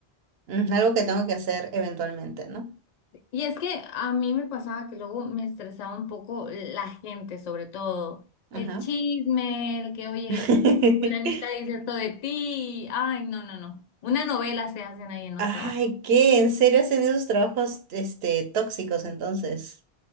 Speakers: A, on the right; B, on the left.
A: mm, algo que tengo que hacer eventualmente, ¿no?
B: Y es que a mí me pasaba que luego me estresaba un poco la gente, sobre todo
A: Ajá.
B: el chisme, el que, oye,
A: <laughs>
B: fulanita dice esto de ti. Ay, no, no, no. Una novela se hacen ahí en los
A: Ay,
B: trabajos.
A: ¿qué? ¿En serio hacen esos trabajos, este, tóxicos entonces?